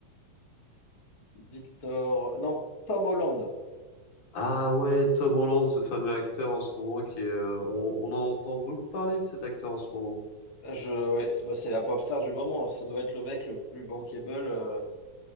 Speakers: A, on the left (about 35°); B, on the left (about 85°).
A: Victor... Non, Tom Holland.
B: Ah ouais, Tom Holland, ce fameux acteur en ce moment qui est. euh, on, on en entend beaucoup parler de cet acteur en ce moment.
A: Je, ouais, c'est bah, c'est la pop star du moment. Ça doit être le mec le plus bankable euh,